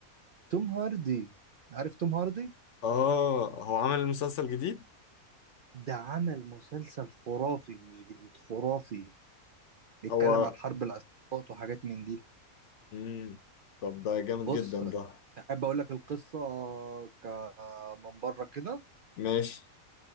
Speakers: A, on the right; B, on the left.
A: توم هاردي عارف توم هاردي
B: آه هو عمل مسلسل جديد؟
A: ده عمل مسلسل خرافي مش جديد خرافي بيتكلم
B: هو
A: عن حرب العصابات وحاجات من دي
B: مم. طب ده جامد
A: بص
B: جدا ده
A: احب اقول لك القصه ك- من بره كده
B: ماشي